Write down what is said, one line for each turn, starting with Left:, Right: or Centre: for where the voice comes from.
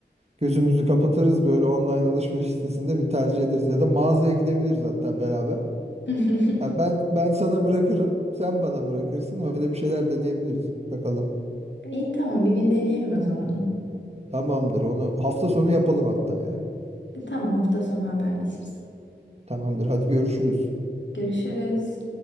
Right: gözümüzü kapatırız böyle online alışveriş sitesinde bir tercih ederiz ya da mağazaya gidebiliriz hatta beraber.
Left: <laughs>
Right: Ya ben ben sana bırakırım, sen bana bırakırsın öyle bir şeyler deneyebiliriz. Bakalım.
Left: İyi tamam bir gün deneyelim o zaman.
Right: Tamamdır onu hafta sonu yapalım hatta ya.
Left: E, tamam hafta sonu haberleşiriz.
Right: Tamamdır. Hadi görüşürüz.
Left: Görüşürüz.